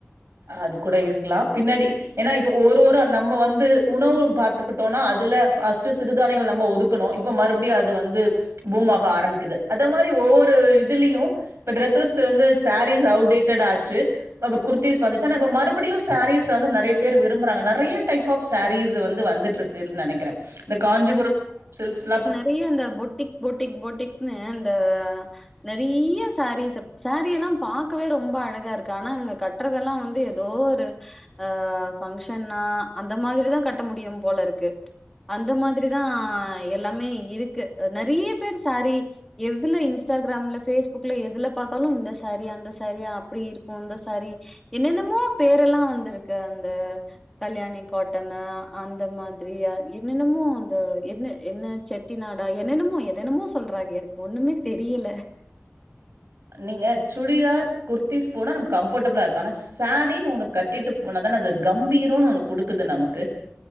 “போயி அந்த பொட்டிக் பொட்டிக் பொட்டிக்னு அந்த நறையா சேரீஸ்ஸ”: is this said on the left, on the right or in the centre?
Centre